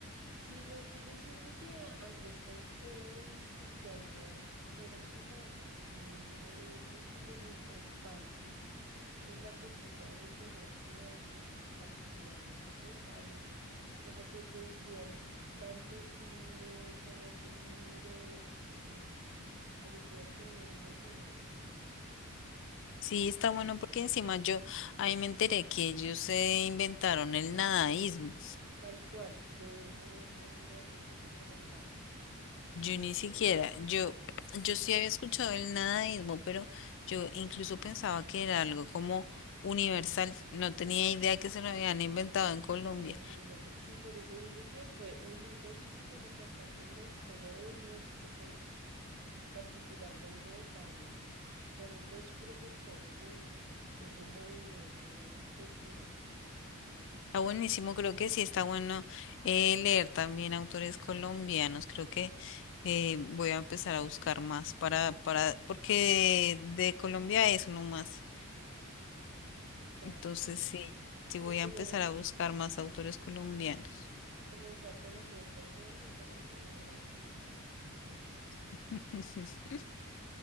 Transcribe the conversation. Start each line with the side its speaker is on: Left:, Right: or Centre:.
Right: Sí, no es que yo siento que a- Andrés Caicedo y su combo fueron como un evento súper importante en la cultura de Colombia y es- particularmente de Cali. Como que producían tanto cine como libros. eh, parecía tremendo, tremendo.
Left: Sí, está bueno porque encima yo ahí me enteré que ellos se inventaron el nadaísmo.
Right: Tal cual, de eso mismo era lo que te comentaba,
Left: Yo
Right: el nadaísmo.
Left: ni siquiera, yo, yo sí había escuchado el nadaísmo, pero yo incluso pensaba que era algo como universal. No tenía
Right: <laughs>
Left: idea que se lo habían inventado en Colombia.
Right: Imagínate, sí, por eso digo que fue un hito así súper importante en la historia de nuestro país y particularmente de Cali. Fueron los precursores de ese movimiento cultural.
Left: Está buenísimo, creo que sí está bueno eh, leer también autores colombianos. Creo que eh, voy a empezar a buscar más para, para, porque de, de Colombia es uno más.
Right: Claro.
Left: Entonces sí, sí voy
Right: No, pero
Left: a empezar a buscar más autores colombianos.
Right: comenzar con Andrés Caicedo me parece una gran elección. <laughs>
Left: <laughs>